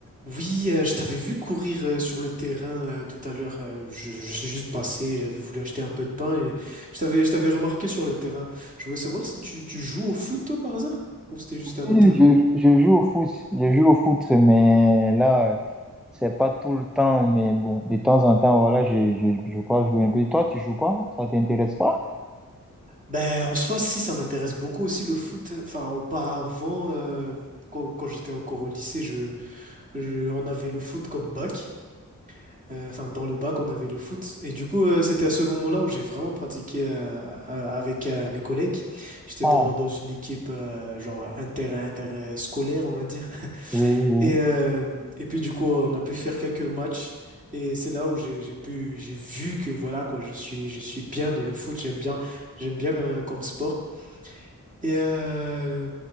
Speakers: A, on the right; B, in the centre.
A: Oui, euh, je t'avais vu courir euh, sur le terrain euh, tout à l'heure. euh, je, je suis juste passé, j'avais voulu acheter un peu de pain et je t'avais, je t'avais remarqué sur le terrain. Je voulais savoir si tu, tu joues au foot, toi, par hasard? Ou c'était juste un
B: Oui,
A: entraînement?
B: Je, je joue au foot, je joue au foot, mais là, euh, c'est pas tout le temps, mais bon, de temps en temps, voilà, je, je, je crois jouer un peu. Toi, tu joues pas? Ça t'intéresse pas?
A: Ben, en soi, si, ça m'intéresse beaucoup aussi le foot. Enfin, auparavant, euh, quand, quand j'étais encore au lycée, je, je- on avait le foot comme bac. Euh, enfin, dans le bac, on avait le foot. Et du coup, euh, c'était à ce moment-là où j'ai vraiment pratiqué euh, à- avec euh, mes collègues. J'étais
B: Ah,
A: dans, dans une équipe euh, genre inter, interscolaire, on va dire.
B: oui, oui.
A: Et, euh,
B: <laughs>
A: et puis, du coup, on a pu faire quelques matchs. Et c'est là où j'ai, j'ai pu, j'ai vu que voilà, quoi, je suis, je suis bien dans le foot. J'aime bien, j'aime bien euh, comme sport. Et euh,